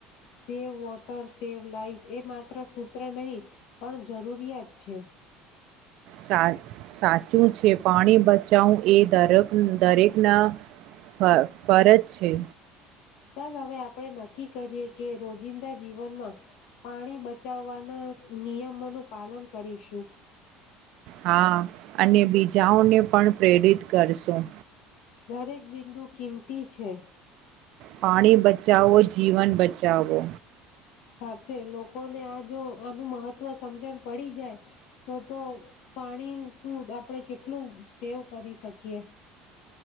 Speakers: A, on the left (about 60°); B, on the right (about 55°).
A: સેવ વોટર સેવ લાઈફ એ માત્ર સૂત્ર નહીં પણ જરૂરિયાત છે.
B: સા સાચું છે પાણી બચાવું એ દરેક દરેકના ફ ફરજ છે.
A: ચાલ હવે આપણેે નક્કી કરીએ કે રોજિંદા જીવનમાં પાણી બચાવવાના નિયમોનું પાલન કરીશું.
B: હા અને બીજાઓને પણ પ્રેરિત કરશું.
A: દરેક બિંદુ કિંમતી છે
B: પાણી બચાવો, જીવન બચાવો
A: સાચે લોકોને આ જો આનું મહત્વ સમજણ પડી જાય તો તો પાણી નું આપડે કેટલું સેવ કરી શકીએ